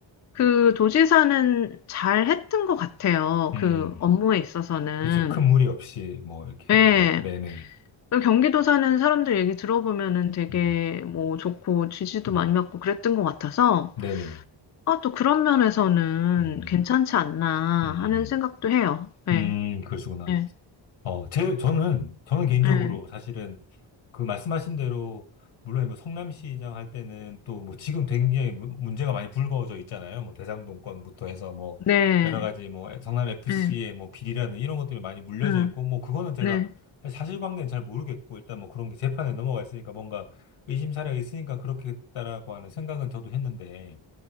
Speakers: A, on the left; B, on the left.
A: 그 도지사는 잘 했던 것 같아요.
B: 음.
A: 그 업무에 있어서는.
B: 그렇죠. 큰 무리 없이 뭐 이렇게
A: 네.
B: 한 거. 네네.
A: 그 경기도 사는 사람들 얘기 들어보면은 되게
B: 네네.
A: 뭐 좋고 지지도
B: 음.
A: 많이 받고 그랬던 것 같아서
B: 네네네.
A: 아, 또 그런 면에서는
B: 음.
A: 괜찮지 않나
B: 음. 음.
A: 하는 생각도 해요. 네,
B: 음. 음. 음, 그러시구나.
A: 네,
B: 어, 제, 저는, 저는 개인적으로
A: 네,
B: 사실은 그 말씀하신 대로, 물론 뭐 성남시장 할 때는 또 뭐 지금 굉장히 문- 문제가 많이 불거져 있잖아요. 뭐 대장동권부터 해서 뭐
A: 음. 네,
B: 여러 가지 뭐 성남FC의
A: 네,
B: 뭐 비리라는 이런 것들이 많이 물려져
A: 음,
B: 있고 뭐 그거는 제가
A: 네,
B: 사실관계는 잘 모르겠고 일단 뭐 그런 게 재판에 넘어가 있으니까 뭔가 의심사례가 있으니까 그렇겠다라고 하는 생각은 저도 했는데